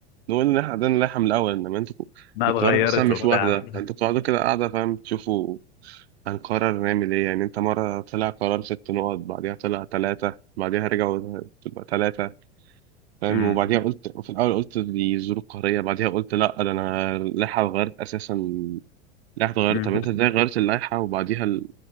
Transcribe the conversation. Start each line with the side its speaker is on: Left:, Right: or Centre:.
Right: نقول ان احنا عندنا اللائحه من الاول انما انتوا
Left: انها
Right: القرار
Left: اتغيرت
Right: اصلا مش
Left: وبتاع
Right: واحده انتوا بتقعدوا كده قاعده فاهم تشوفوا هنقرر نعمل ايه يعني انت مره طلع قرار ست نقط بعديها طلع ثلاثه بعديها رجعوا تبقى ثلاثه فاهم
Left: امم
Right: وبعديها قلت في الاول قلت دي ظروف قهريه بعديها قلت لا ده انا اللائحه اتغيرت اساسا اللائحة اتغيرت
Left: امم
Right: طب انت ازاي غيرت اللائحة وبعديها ال...